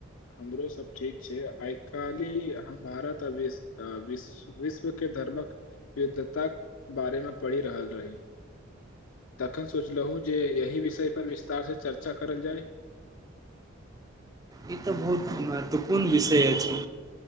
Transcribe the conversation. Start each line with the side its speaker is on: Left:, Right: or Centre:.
Left: हमरो सब ठीक छै, आइ काल्हि हम भारत आ विश्व विश्व विश्वके धर्मक युद्धताक बारेमे पढ़ि रहल रही। तखन सोचलहुँ जे एहि विषय पर विस्तारसँ चर्चा करल जाय।
Right: ई त बहुत महत्वपूर्ण विषय अछि।